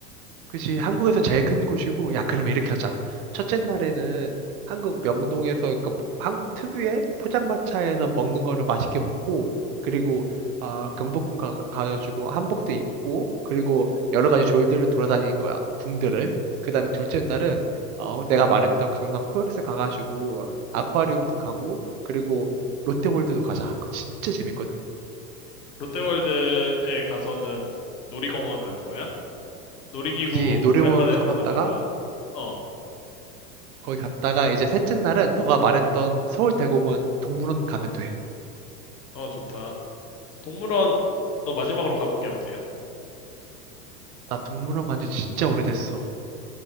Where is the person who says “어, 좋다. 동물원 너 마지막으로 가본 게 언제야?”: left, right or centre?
Left